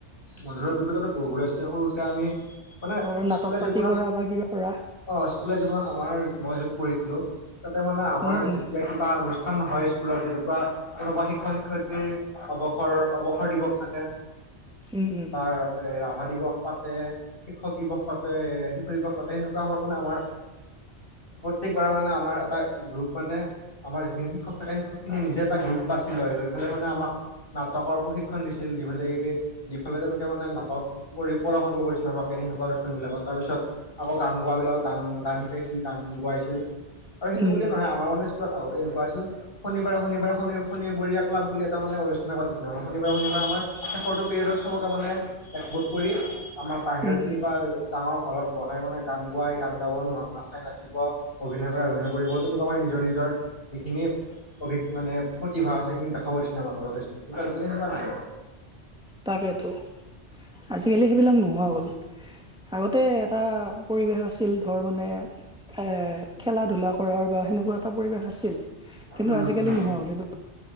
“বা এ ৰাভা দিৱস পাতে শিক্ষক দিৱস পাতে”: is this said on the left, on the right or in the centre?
Left